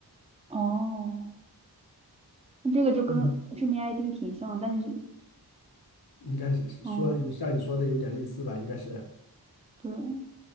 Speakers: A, on the right; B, on the left.
A: 哦。这个就跟知名
B: 嗯。
A: ID 挺像，但是就，
B: 应该是是说像你说的有点类似吧，
A: 哦，
B: 应该是
A: 对，